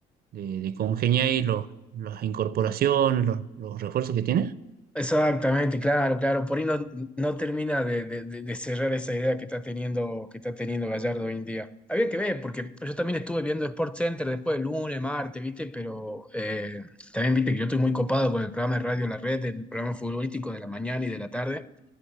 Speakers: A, on the right; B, in the centre.
A: de, de congeniar ahí los, las incorporaciones, los, los refuerzos que tiene.
B: Exactamente, claro, claro. Por ahí no, no termina de, de- de- de cerrar esa idea que está teniendo, que está teniendo Gallardo hoy en día. Había que ver, porque yo también estuve viendo Sport Center después del lunes, martes, ¿viste? Pero eh, también viste que yo estoy muy copado con el programa de Radio La Red, el programa futbolístico de la mañana y de la tarde.